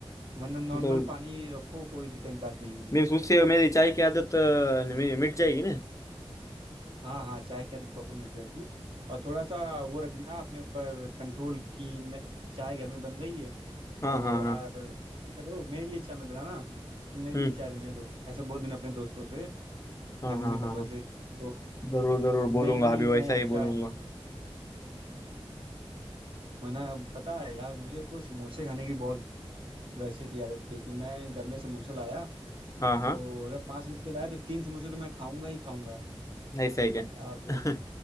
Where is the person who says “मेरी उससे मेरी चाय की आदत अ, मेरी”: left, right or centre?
Left